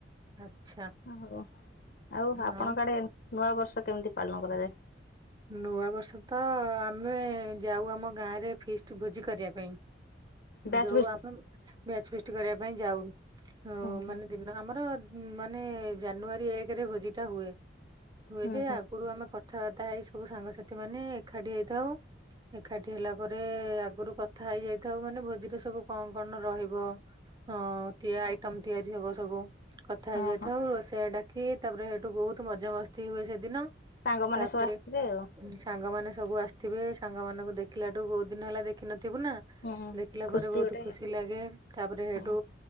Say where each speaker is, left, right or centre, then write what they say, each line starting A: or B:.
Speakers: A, on the right (about 20°); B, on the left (about 55°).
A: ଆଚ୍ଛା
B: ହଉ ଆଉ
A: ହଁ
B: ଆପଣଙ୍କ ଆଡେ ଏ ନୂଆ ବର୍ଷ କେମିତି ପାଳନ କରାଯାଏ?
A: ନୂଆ ବର୍ଷ ତ ଆମେ ଯାଉ ଆମ ଗାଁରେ ଫିଷ୍ଟ ଭୋଜି କରିବା ପାଇଁ।
B: ବ୍ୟାଚ୍
A: ଯୋଉ
B: ଫିଷ୍ଟ
A: ଆମେ ବ୍ୟାଚ୍ ଫିଷ୍ଟ୍ କରିବା ପାଇଁ ଯାଉ
B: ହୁଁ ହୁଁ
A: ମାନେ ଦିନ ଆମର ମାନେ ଜାନୁଆରୀ ଏକରେ ଭୋଜି ଟା ହୁଏ ହୁଏ
B: ହୁଁ
A: ଯେ
B: ହୁଁ
A: ଆଗରୁ ଆମେ କଥାବାର୍ତ୍ତା ହେଇ ସବୁ ସାଙ୍ଗସାଥି ମାନେ ଏକାଠି ହେଇଥାଉ। ଏକାଠି ହେଲା ପରେ ଆଗରୁ କଥା ହେଇଯାଇଥାଉ ମାନେ ଭୋଜିରେ ସବୁ କଣ କଣ ରହିବ? ହଁ ତିଆ ଆଇଟମ ତିଆରି ହବ ସବୁ କଥା
B: ହଁ
A: ହେଇଯାଇଥାଉ
B: ହଁ
A: ରୋଷେଆ ଡାକ <unintelligible> ତାପରେ ହେଇଠୁ ବହୁତ ମଜାମସ୍ତି ହୁଏ ସେଦିନ।
B: ସାଙ୍ଗମାନେ
A: ତାପରେ
B: ସବୁ ଆସିଥିବେ ଆଉ।
A: ସାଙ୍ଗମାନେ ସବୁ ଆସିଥିବେ। ସାଙ୍ଗ ମାନଙ୍କୁ ଦେଖିଲାଠୁ ବହୁତ ଦିନ ହେଲା ଦେଖିନ ଥିବୁ ନା
B: ହୁଁ
A: ଦେଖିଲା ପରେ ବହୁତ
B: ଗୋଟେ
A: ଖୁସି ଲାଗେ ତାପରେ ହେଟୁ
B: ହଁ